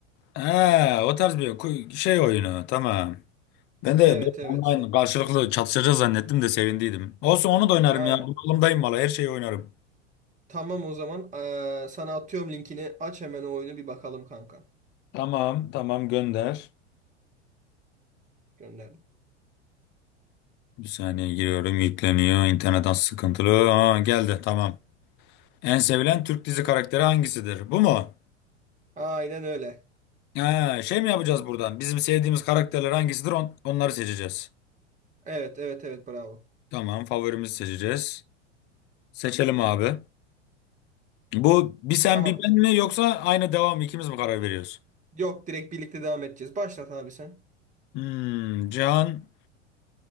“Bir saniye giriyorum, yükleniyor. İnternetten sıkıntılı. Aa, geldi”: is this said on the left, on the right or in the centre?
Left